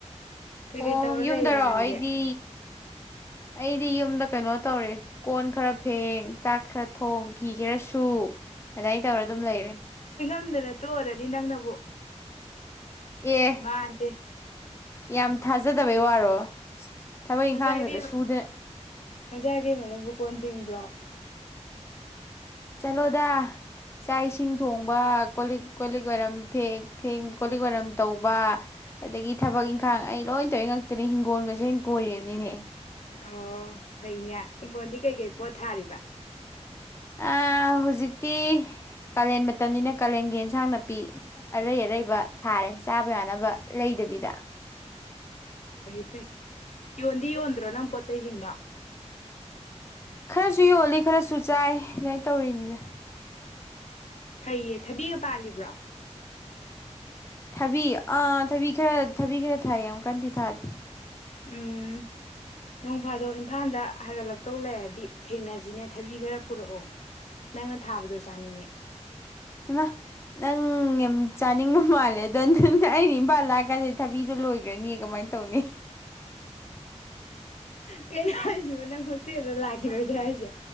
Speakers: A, on the left (about 70°); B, on the left (about 20°).
A: ꯀꯩꯀꯩ
B: ꯑꯣ
A: ꯇꯧꯔ
B: ꯌꯨꯝꯗꯔꯣ
A: ꯂꯩꯔꯤꯕ ꯅꯪꯗꯤ
B: ꯑꯩꯗꯤ ꯑꯩꯗꯤ ꯌꯨꯝꯗ ꯀꯩꯅꯣ ꯇꯧꯔꯦ ꯀꯣꯟ ꯈꯔ ꯐꯦꯡ ꯆꯥꯛ ꯈꯔ ꯊꯣꯡ ꯐꯤ ꯈꯔ ꯁꯨ ꯁꯨ ꯑꯗꯨꯃꯥꯏꯅ ꯇꯧꯔ ꯑꯗꯨꯝ ꯂꯩꯔꯦ꯫
A: ꯉꯝꯗꯅ ꯇꯣꯛꯑꯔꯅꯤ ꯅꯪꯅꯕꯨ꯫
B: ꯑꯦ
A: ꯃꯥꯟꯗꯦ꯫
B: ꯌꯥꯝ ꯊꯥꯖꯗꯕꯩ ꯋꯥꯔꯣ꯫ ꯊꯕꯛ
A: ꯃꯖꯥ
B: ꯏꯪꯈꯥꯡꯗꯗ
A: ꯏꯕꯦꯝ
B: ꯁꯨꯗꯅ
A: ꯃꯖꯥ ꯏꯕꯦꯝꯃꯅꯕꯨ ꯀꯣꯟ ꯐꯦꯡꯕ꯭ꯔꯣ꯫ <unintelligible>
B: ꯆꯠꯂꯣꯗ ꯆꯥꯛ ꯏꯁꯤꯡ ꯊꯣꯡꯕ ꯀꯣꯂꯤꯛ ꯀꯣꯂꯤꯛ ꯋꯥꯏꯔꯝ ꯐꯦꯡ ꯀꯣꯂꯤꯛ ꯋꯥꯏꯔꯝ ꯇꯧꯕ ꯑꯗꯒꯤ ꯊꯕꯛ ꯏꯟꯈꯥꯡ ꯑꯩ ꯂꯣꯏ ꯇꯢꯔꯤ ꯉꯥꯛꯇꯅꯤ ꯏꯪꯒꯣꯜꯀꯁꯦ ꯑꯩ ꯀꯣꯏꯔꯤꯃꯤꯅꯦ꯫
A: ꯑꯣ ꯐꯩꯅꯦ ꯍꯤꯡꯒꯣꯜꯗꯤ ꯀꯩꯀꯩ ꯄꯣꯠ ꯊꯥꯔꯤꯕ꯫
B: ꯑꯥ ꯍꯧꯖꯤꯛꯇꯤ ꯀꯥꯂꯦꯟ ꯃꯇꯝꯅꯤꯅ ꯀꯥꯂꯦꯟꯒꯤ ꯑꯦꯟꯁꯥꯡ ꯅꯥꯄꯤ ꯑꯔꯩ ꯑꯔꯩꯕ ꯊꯥꯔꯦ ꯆꯥꯕ ꯌꯥꯅꯕ ꯂꯩꯗꯕꯤꯗ꯫
A: ꯐꯩ ꯐꯩ ꯌꯣꯟꯗꯤ ꯌꯣꯟꯗ꯭ꯔꯣ ꯅꯪ ꯄꯣꯠꯆꯩꯁꯤꯡꯗꯣ꯫
B: ꯈꯔꯁꯨ ꯌꯣꯜꯂꯤ ꯈꯔꯁꯨ ꯆꯥꯏ ꯑꯗꯥꯏꯟ ꯇꯧꯔꯤꯅꯗꯥ꯫
A: ꯐꯩꯌꯦ ꯊꯕꯤꯒ ꯄꯥꯜꯂꯤꯕ꯭ꯔꯣ꯫
B: ꯊꯕꯤ ꯑꯥ ꯊꯕꯤ ꯈꯔ ꯊꯕꯤ ꯈꯔ ꯊꯥꯏ ꯌꯥꯝ ꯀꯟꯅꯗꯤ ꯊꯥꯗꯦ꯫
A: ꯎꯝ ꯅꯣꯡ ꯐꯥꯗꯣꯛ ꯏꯝꯐꯥꯟꯗ ꯍꯥꯏꯒꯠꯂꯛꯇꯧ ꯂꯩꯔꯗꯤ ꯊꯦꯡꯅꯁꯤꯅꯦ ꯊꯕꯤ ꯈꯔ ꯄꯨꯔꯛꯑꯣ ꯅꯪꯅ ꯊꯥꯕꯗꯣ ꯆꯥꯅꯤꯡꯉꯦ꯫
B: ꯏꯃꯥ ꯅꯪ ꯌꯥꯝ ꯆꯥꯅꯤꯡꯕ ꯃꯥꯜꯂꯦ ꯑꯗꯣ ꯅꯪꯅ ꯑꯩꯅ ꯏꯝꯐꯥꯜ ꯂꯥꯛꯀꯗꯤ ꯊꯕꯤꯗꯣ ꯂꯣꯏꯒ꯭ꯔꯅꯤꯌꯦ ꯀꯃꯥꯏ ꯇꯧꯅꯤ꯫
A: ꯀꯩꯅꯣ ꯍꯥꯏꯁꯤꯕꯣ ꯅꯪ ꯍꯣꯁꯇꯦꯜꯗ ꯂꯥꯛꯈꯤꯔꯣꯏꯗ꯭ꯔꯥ ꯍꯥꯏꯁꯦ꯫